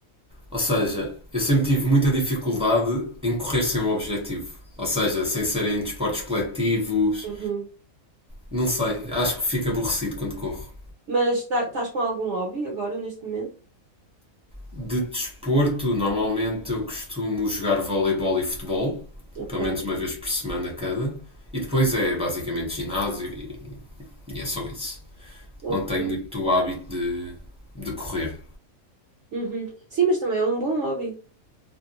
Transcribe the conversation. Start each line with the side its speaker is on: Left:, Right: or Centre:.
Centre: Ou seja, eu sempre tive muita dificuldade em correr sem um objetivo. Ou seja, sem serem desportos coletivos.
Right: Uhum.
Centre: Não sei, acho que fico aborrecido quando corro.
Right: Mas tá- estás com algum hobby agora neste momento?
Centre: De desporto, normalmente eu costumo jogar voleibol e futebol,
Right: Ok,
Centre: pelo menos uma vez por semana cada. E depois é basicamente ginásio e, e é só isso.
Right: ok.
Centre: Não tenho muito hábito de, de correr.
Right: Uhum. Sim, mas também é um bom hobby.